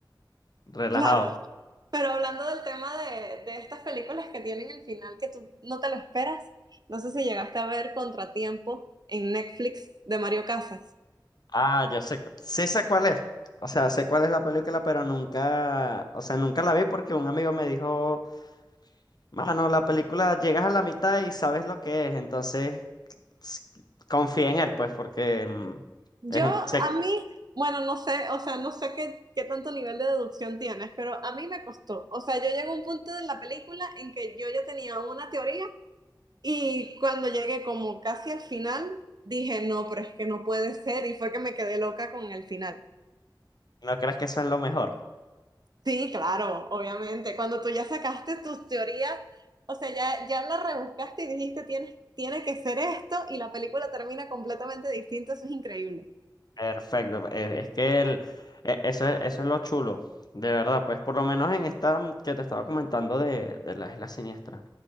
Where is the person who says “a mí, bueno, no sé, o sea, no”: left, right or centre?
Right